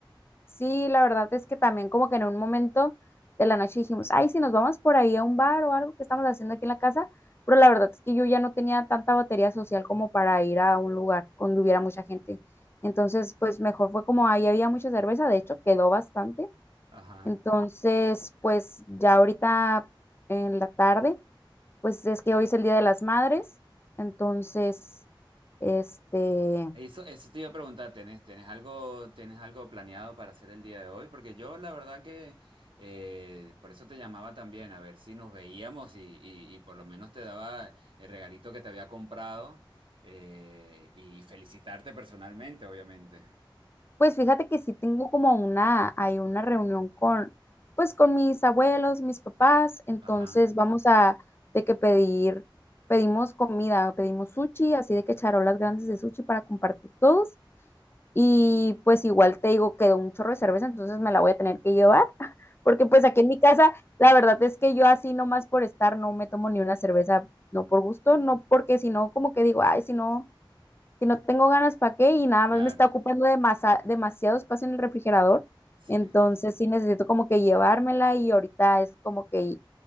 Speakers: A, on the left (about 30°); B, on the right (about 75°).
A: sí, la verdad es que también como que en un momento de la noche dijimos, ay, si nos vamos por ahí a un bar o algo que estamos haciendo aquí en la casa, pero la verdad es que yo ya no tenía tanta batería social como para ir a un lugar donde hubiera mucha gente. Entonces, pues mejor fue como ahí había mucha cerveza, de hecho quedó bastante.
B: <laughs> Ajá.
A: Entonces, pues ya ahorita en la tarde, pues es que hoy es el Día de las Madres, entonces, este...
B: Eso, eso te iba a preguntar, ¿tienes, tienes algo, tienes algo planeado para hacer el día de hoy? Porque yo la verdad que eh, por eso te llamaba también, a ver si nos veíamos y, y- y por lo menos te daba el regalito que te había comprado eh, y felicitarte personalmente, obviamente.
A: Pues fíjate que sí tengo como una, hay una reunión con, pues con mis abuelos, mis papás, entonces
B: Ajá,
A: vamos a, de que pedir, pedimos comida, pedimos sushi, así de que charolas grandes de sushi para compartir todos. Y pues igual te digo, quedó un chorro de cerveza, entonces me la voy a tener que llevar, <laughs> porque pues aquí en mi casa, la verdad es que yo así nomás por estar no me tomo ni una cerveza, no por gusto, no porque si no, como que digo, ay, si no si no tengo ganas, ¿para qué? Y nada
B: claro,
A: más me está ocupando demasa- demasiado espacio en el refrigerador.
B: sí.
A: Entonces sí necesito como que llevármela y ahorita es como que